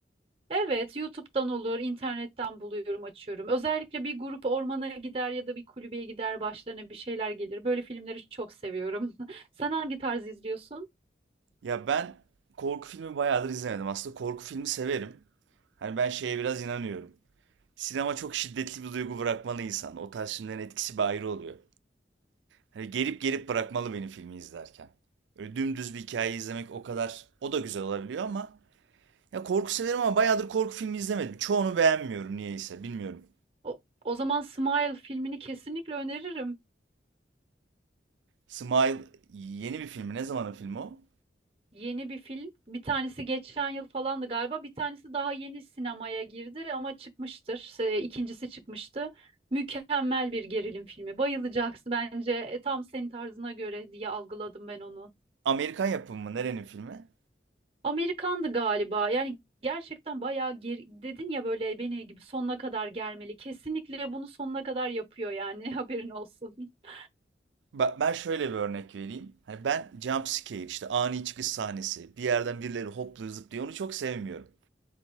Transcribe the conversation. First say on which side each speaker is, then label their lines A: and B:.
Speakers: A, on the right; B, on the right.
A: Evet, YouTube'dan olur, internetten buluyorum, açıyorum. Özellikle bir grup ormana gider ya da bir kulübeye gider, başlarına bir şeyler gelir. Böyle filmleri çok seviyorum. <laughs> Sen hangi tarz izliyorsun?
B: Ya ben korku filmi bayağıdır izlemedim. Aslında korku filmi severim. Hani ben şeye biraz inanıyorum. Sinema çok şiddetli bir duygu bırakmalı insan. O tarz filmlerin etkisi bir ayrı oluyor. Hani gelip gelip bırakmalı benim filmi izlerken. Öyle dümdüz bir hikaye izlemek o kadar o da güzel olabiliyor ama ya korku severim ama bayağıdır korku filmi izlemedim. Çoğunu beğenmiyorum niyeyse bilmiyorum.
A: O, o zaman Smile filmini kesinlikle öneririm.
B: Smile yeni bir filmi. Ne zamanın filmi o?
A: Yeni bir film. Bir tanesi geçen yıl falandı galiba. Bir tanesi daha yeni sinemaya girdi ama çıkmıştır. Se- İkincisi çıkmıştı. Mükemmel bir gerilim filmi. Bayılacaksın bence. E, tam senin tarzına göre diye algıladım ben onu.
B: Amerikan yapımı mı? Nerenin filmi?
A: Amerikandı galiba. Yani gerçekten bayağı ger- dedin ya böyle beni gibi sonuna kadar germeli. Kesinlikle bunu sonuna kadar yapıyor yani <laughs> haberin olsun. <laughs>
B: Bak ben şöyle bir örnek vereyim. Hani ben jump scare işte ani çıkış sahnesi. Bir yerden birileri hopluyor zıplıyor. Onu çok sevmiyorum.